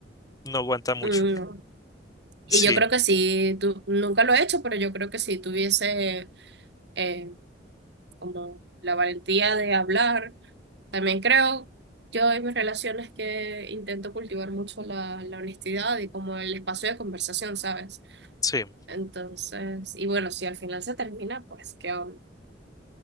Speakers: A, on the left (about 20°); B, on the right (about 60°).
A: No aguanta mucho.
B: Mm,
A: Sí,
B: Y yo creo que sí, tú, nunca lo he hecho, pero yo creo que si tuviese eh, como la valentía de hablar, también creo yo en mis relaciones que intento cultivar mucho la, la honestidad y como el espacio de conversación, ¿sabes?
A: sí,
B: Entonces, y bueno, si al final se termina, pues qué onda.